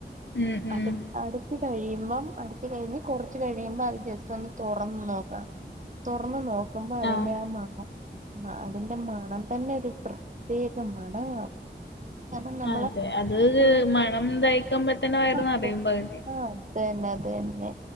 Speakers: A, on the left (about 85°); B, on the right (about 45°).
A: ഉം ഉം
B: അടു അടു അടച്ച് കഴിയുമ്പം അടച്ച് കഴിഞ്ഞ് കുറച്ച് കഴിയുമ്പ അത് ജസ്റ്റ് ഒന്ന് തുറന്ന് നോക്കാം തൊറന്ന് നോക്കുമ്പോ അതിന്റെ
A: ആഹ്
B: ആ മണം അതിന്റെ മണം തന്നെ ഒരു പ്രത്യേക മണവാ കാരണം നമ്മള്
A: അതെ അത്
B: ഇത്രയും
A: മണം തയ്ക്കുമ്പോത്തന്നെ വയറ്
B: അതെ
A: നിറയും പകുതി
B: ആഹ് അത് തന്നെ അത് തന്നെ